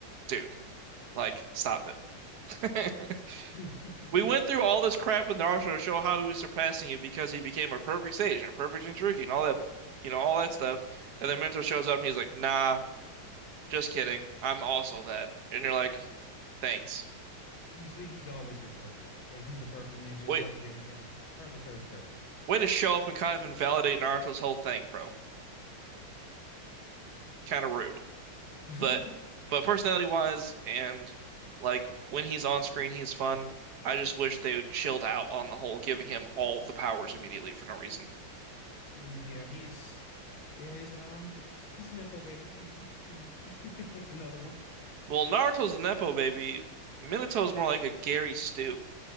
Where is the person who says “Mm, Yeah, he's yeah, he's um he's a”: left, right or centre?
Left